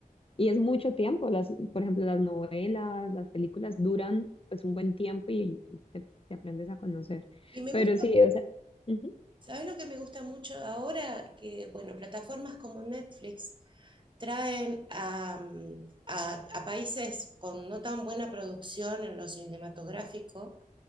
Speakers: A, on the left; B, on the right.
A: y es mucho tiempo, las, por ejemplo, las novelas, las películas duran pues un buen tiempo y, y te, te aprendes a conocer,
B: Y me
A: pero
B: gusta
A: sí, o sea, ujú.
B: ¿Sabes lo que me gusta mucho ahora? Que, bueno, plataformas como Netflix traen a, a- a países con no tan buena producción en lo cinematográfico